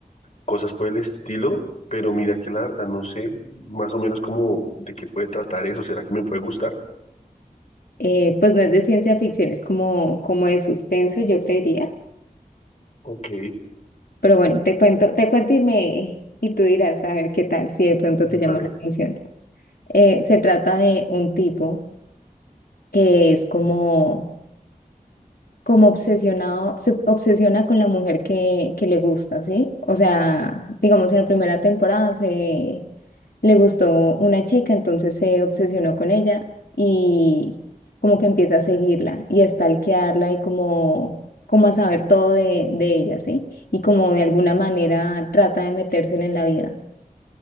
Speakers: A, on the left (about 45°); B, on the left (about 80°).
A: cosas por el estilo, pero mira que la verdad no sé más o menos como de qué puede tratar eso, ¿será que me puede gustar?
B: Eh, pues no es de ciencia ficción, es como, como de suspenso, yo creería.
A: Ok,
B: Pero bueno, te cuento, te cuento y me y tú dirás a ver qué tal si de pronto
A: vale.
B: te llama la atención. Eh, se trata de un tipo que es como como obsesionado, se obsesiona con la mujer que, que le gusta, ¿sí? O sea, digamos, en la primera temporada se le gustó una chica, entonces se obsesionó con ella y como que empieza a seguirla y a stalkearla y como, como a saber todo de, de ella, ¿sí? Y como de alguna manera trata de metérsela en la vida.